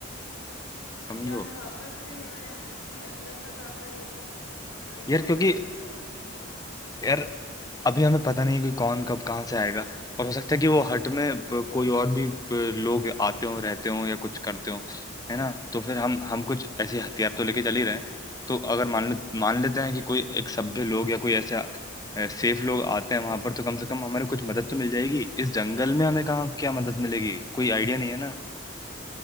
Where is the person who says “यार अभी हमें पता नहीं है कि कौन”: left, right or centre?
Left